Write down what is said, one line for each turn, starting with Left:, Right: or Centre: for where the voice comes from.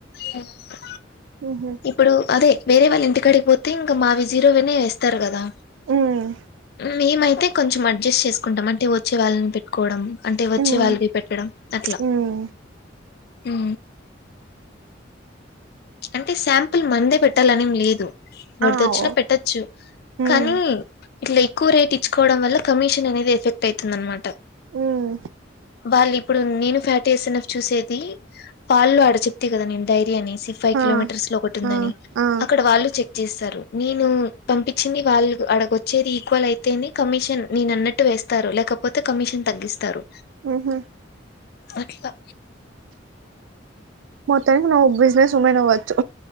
Left: ఇ ప్
Right: ఉహు
Left: ఇప్పుడు అదే వేరే వాళ్ళ ఇంటికాడికి పోతే ఇంగ్ మావి జీరోవనే ఏస్తారు గదా
Right: ఉమ్
Left: మేమై అయితే కొంచెం అడ్జస్ట్ చేసుకుంటం అంటే వచ్చే వాళ్ళని పెట్టుకోవడం అంటే వచ్చే
Right: ఉమ్
Left: వాళ్ళవి పెట్టడం అంత ఇగ
Right: ఉమ్
Left: హూ అంటే శాంపుల్ మన్దే పెట్టాల అని ఏమ్ లేదు వరదోచిన
Right: ఆవ్
Left: పెట్టొచ్చు
Right: ఉమ్
Left: కానీ ఇట్లా ఎక్కువ రేట్ ఇచ్చుకోవడం వల్ల కమిషన్ అనేది ఎఫెక్ట్ అయిత అంది అన్నమాట
Right: ఉమ్
Left: వాలి ఇప్పుడు నేను ఫ్యాట్ వేసిన చూసేది పాలుల్లో ఆడ చెప్తతే కదా నేను డైరీ అనేసి ఫైవ్ కిలోమీటర్స్
Right: ఆ
Left: లో ఒకటి ఉందని
Right: ఆ ఆ
Left: అక్కడ వాళ్ళు చెప్ ఇస్తారు నేను పంపించింది వాళ్ళు అడకి వచ్చేది ఈక్వల్ అయితేని కమిషన్ నేను అన్న అట్టు వే ఇస్తారు లేకపోతే కమిషన్ తగ్గిస్తారు
Right: ఉహు
Left: ఏట్లా
Right: మొత్తానికి నువ్వు బిజినెస్ ఉమెన్ అవ్వచ్చు